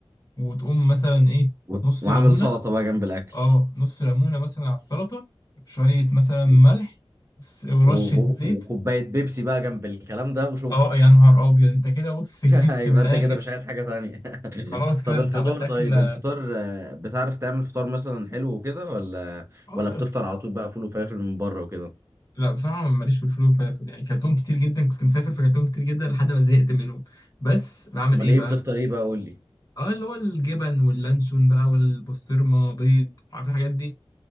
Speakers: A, on the left; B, on the right.
A: وتقوم مثلا ايه
B: و-
A: نص
B: وعامل
A: ليمونه
B: سلطة بقى جنب الاكل
A: اه نص ليمونه مثلا على السلطه شويه مثلا ملح
B: و-
A: س- ورشه
B: و-
A: زيت
B: وكوباية بيبسي بقى جنب الكلام ده وشكرا
A: اه يا نهار ابيض انت كده بص
B: <laughs>
A: <laughs> جبت
B: يبقى
A: من
B: انت
A: الاخر
B: كده مش عايز حاجة تانية
A: خلاص
B: <laughs>
A: كده
B: طب
A: انت
B: الفطار
A: عملت اكل
B: طيب
A: اه
B: الفطار آه، بتعرف تعمل فطار مثلا حلو وكده ولا
A: آه،
B: ولا
A: لا
B: بتفطر
A: ف-
B: على طول بقى فول وفلافل من بره وكده
A: لا بصراحه ماليش في الفول والفلافل يعني كرتون كتير جدا كنت مسافر في كرتون كتير جدا لحد ما زهقت منهم بس بعمل
B: امال
A: ايه
B: ايه
A: بقى
B: بتفطر ايه بقى قول لي
A: اه اللي هو الجبن واللانشون بقى والبسطرمه بيض عارف الحاجات دي